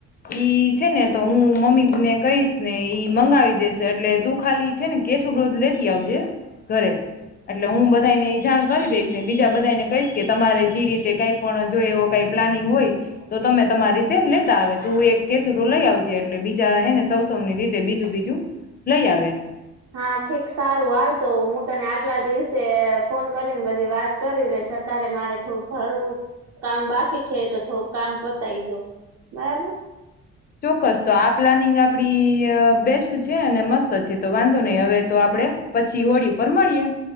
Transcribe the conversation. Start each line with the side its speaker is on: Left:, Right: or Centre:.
Left: ઈ છે ને તો હું મમ્મીને કહીશ ને ઈ મંગાવી દેસે એટલે તું ખાલી છે ને કેસુંરો લેતી આવજે ઘરે એટ લે હું બધાને ઈ જાણ કરી દઈશ ને બીજા બધા ને કહીશ કે તમારે જે રીતે કઈ પણ જોઈ એવો કઈ પ્લાનિંગ હોય તો તમે તમારી રીતે લેતા આવે તું એક કેસુડો લઈ આવજે એટલે બીજા હેને સૌવ સૌવની રીતે બીજું બીજું લઈ આવે
Right: હા ઠીક સારું હાલ તો હું તને આગલા દિવસે ફોન કરીને બધી વાત કરી લઈશ તારે મારે થોડું ઘરું કામ બાકી છે તો થોડુંક કામ પતાય દો બરાબર
Left: ચોક્કસ તો આ પ્લાનિંગ આપડી અ બેસ્ટ છે અને મસ્ત છે તો વાંધો નય હવે તો આ પડે પછી હોળી પર મળીએ